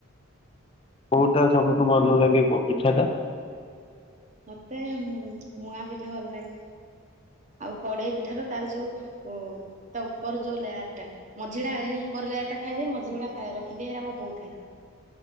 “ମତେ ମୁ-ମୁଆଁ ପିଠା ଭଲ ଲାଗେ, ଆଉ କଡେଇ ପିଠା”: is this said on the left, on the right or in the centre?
Right